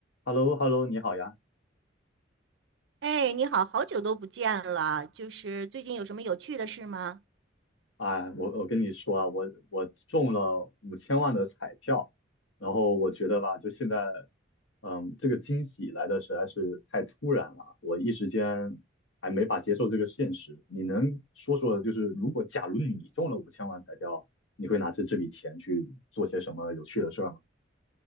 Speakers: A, on the left; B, on the right.
A: h e l l o h e l l o 你好呀！
B: 哎，你好，好久都不见了，就是最近有什么有趣的事吗？
A: 哎，我我跟你说啊，我我中了五千万的彩票，然后我觉得吧，就现在，嗯，这个惊喜来的实在是太突然了，我一时间还没法接受这个现实。你能说说，就是如果假如你中了五千万彩票，你会拿着这笔钱去做些什么有趣的事儿吗？